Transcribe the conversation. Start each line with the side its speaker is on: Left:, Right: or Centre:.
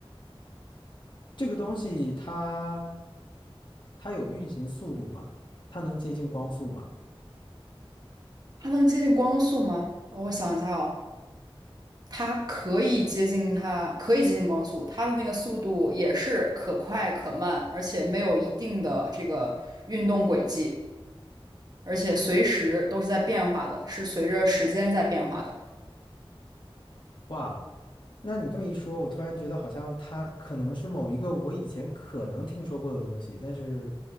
Left: 这个东西它它有运行速度吗？它能接近光速吗？
Right: 它能接近光速吗？我想一下哦，它可以接近它，可以接近光速，它的那个速度也是可快可慢，而且没有一定的这个运动轨迹，而且随时都是在变化的，是随着时间在变化的。
Left: 哇，那你这么一说，我突然觉得好像它可能是某一个我以前可能听说过的东西，但是